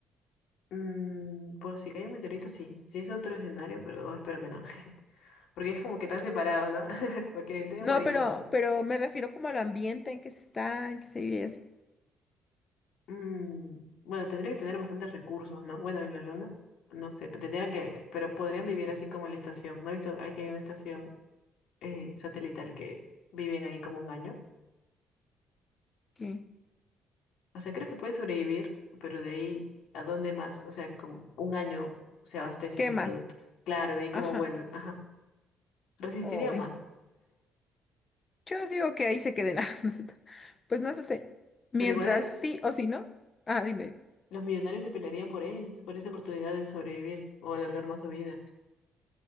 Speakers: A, on the left (about 80°); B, on the left (about 35°).
A: Mm, pues si cae un meteorito, sí. Si es otro escenario, pero espero que no. <laughs> Porque es como que están separados, ¿no? <laughs> Porque debe
B: No,
A: morir
B: pero,
A: todo.
B: pero me refiero como al ambiente en que se está, en que se vive y así.
A: Mm, bueno, tendría que tener bastantes recursos, ¿no? Bueno, en la luna, no sé, pero tendrían que, pero podrían vivir así como en la estación. No he visto, aquí hay una estación eh, satelital que viven ahí como un año.
B: ¿Qué,
A: O sea, creo que pueden sobrevivir, pero de ahí, ¿a dónde más? O sea, como un año se abastecen
B: qué
A: de
B: más?
A: productos. Claro, de ahí cómo
B: Ajá.
A: vuelven, ajá. Resistirían
B: Hoy.
A: más,
B: Yo digo que ahí se queden. <laughs> Ah, no sé. Pues no sé. Mientras
A: pero igual eh,
B: sí o sí no. Ah, dime.
A: los millonarios se pelearían por ellos, por esa oportunidad de sobrevivir o alargar más su vida.